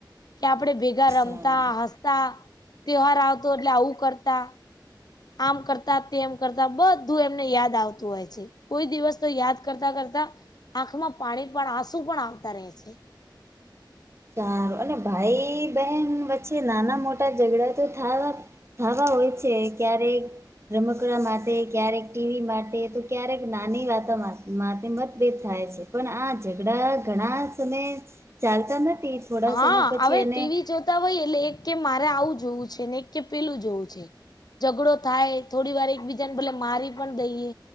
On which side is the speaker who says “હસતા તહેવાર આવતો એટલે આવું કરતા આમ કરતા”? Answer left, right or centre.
Left